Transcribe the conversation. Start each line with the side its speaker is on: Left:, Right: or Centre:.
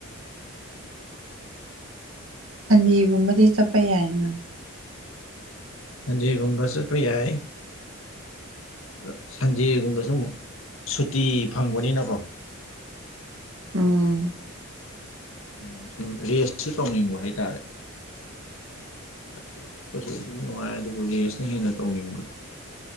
Right: ꯁꯟꯗꯦꯒꯨꯝꯕꯗꯤ ꯆꯠꯄ ꯌꯥꯏꯅ꯫
Left: ꯁꯟꯗꯦꯒꯨꯝꯕ ꯆꯠꯄ ꯌꯥꯏ꯫ ꯑꯗ ꯁꯟꯖꯦꯒꯨꯝꯕꯁꯨ ꯑꯃꯨꯛ ꯁꯨꯇꯤ ꯐꯪꯕꯅꯤꯅꯀꯣ꯫
Right: ꯎꯝ
Left: ꯑꯗꯨꯅ ꯁꯨꯝ ꯔꯦꯁꯁꯨ ꯇꯧꯅꯤꯡꯕ ꯍꯥꯏꯇꯥꯔꯦ꯫ ꯆꯠꯄ ꯆꯠꯄꯁꯨ ꯑꯗꯨꯝ ꯅꯨꯡꯉꯥꯏ ꯑꯗꯨꯕꯨ ꯔꯦꯁꯅ ꯍꯦꯟꯅ ꯇꯧꯅꯤꯡꯕꯗꯣ꯫